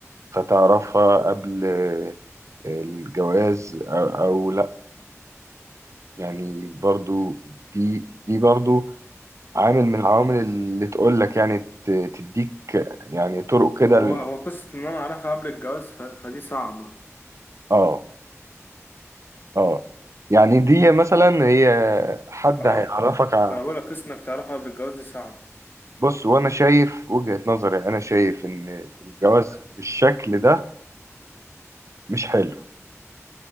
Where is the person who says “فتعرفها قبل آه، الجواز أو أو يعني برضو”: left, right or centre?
Right